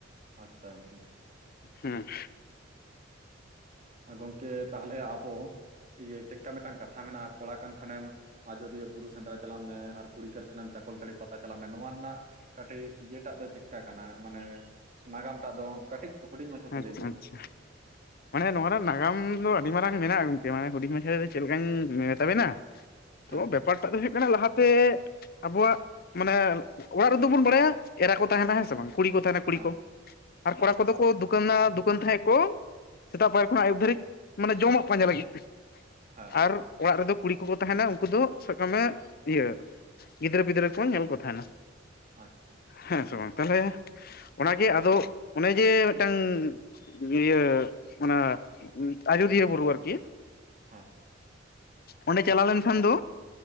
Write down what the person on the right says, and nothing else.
ᱟᱪᱪᱷᱟ ᱜᱚᱝᱠᱮ᱾
ᱜᱚᱝᱠᱮ ᱛᱟᱦᱞᱮ ᱟᱵᱚ ᱤᱭᱟᱹ ᱪᱮᱫᱠᱟ ᱢᱤᱫᱴᱟᱝ ᱠᱟᱛᱷᱟ ᱢᱮᱱᱟᱜᱼᱟ ᱠᱚᱲᱟ ᱠᱟᱱ ᱠᱷᱟᱱᱮᱢ ᱟᱡᱚᱫᱤᱭᱟᱹ ᱵᱩᱨᱩ ᱥᱮᱸᱫᱽᱨᱟ ᱪᱟᱞᱟᱜ ᱢᱮ ᱟᱨ ᱠᱩᱲᱤ ᱠᱟᱱ ᱠᱷᱟᱱᱢ ᱪᱟᱠᱚᱞᱛᱟᱹᱲᱤ ᱯᱟᱛᱟ ᱪᱟᱞᱟᱜ ᱢᱮ᱾ ᱱᱚᱣᱟ ᱨᱮᱱᱟᱜ ᱠᱟᱹᱴᱤᱡ ᱤᱭᱟᱹᱴᱟᱜ ᱫᱚ ᱪᱮᱫᱠᱟ ᱠᱟᱱᱟ ᱢᱟᱱᱮ? ᱱᱟᱜᱟᱢ ᱴᱟᱜ ᱫᱚ ᱠᱟᱹᱴᱤᱡ ᱦᱩᱰᱤᱧ ᱢᱟᱪᱷᱟᱛᱮ
ᱞᱟᱹᱭ ᱵᱤᱱ᱾
ᱦᱮᱸ
ᱦᱮᱸ
ᱦᱮᱸ
ᱦᱮᱸ
ᱟᱪᱪᱷᱟ᱾
ᱦᱚᱸ